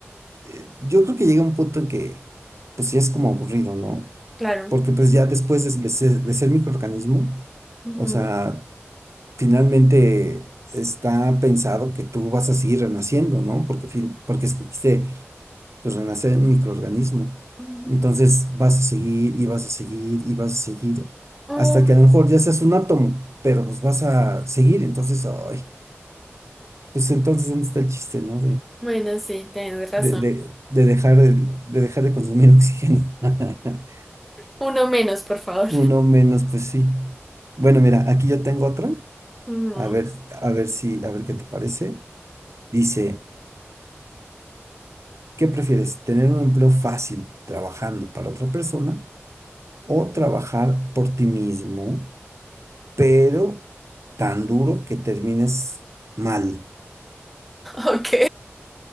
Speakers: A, on the right; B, in the centre.
A: eh, yo creo que llega un punto en que, pues ya es como aburrido, ¿no?
B: Claro.
A: Porque pues ya después de, de ser, de ser microorganismo,
B: Ujú,
A: o sea, finalmente está pensado que tú vas a seguir renaciendo, ¿no? Porque, fin- porque escogiste, pues, renacer en microorganismo.
B: ujú.
A: Entonces vas a seguir y vas a seguir y vas a seguir,
B: Oh,
A: hasta que a lo mejor ya seas un átomo, pero pues vas a seguir, entonces, ay, pues entonces, ¿dónde está el chiste, ¿no?
B: bueno, sí, tienes razón.
A: de, de- de dejar de, de dejar de consumir oxígeno. <laughs>
B: Uno menos, por favor.
A: Uno
B: <laughs>
A: menos, pues sí. Bueno, mira, aquí yo tengo otra
B: Ujú.
A: A ver, a ver si, a ver qué te parece. Dice, ¿qué prefieres? ¿Tener un empleo fácil trabajando para otra persona o trabajar por ti mismo, pero tan duro que termines mal?
B: Ok.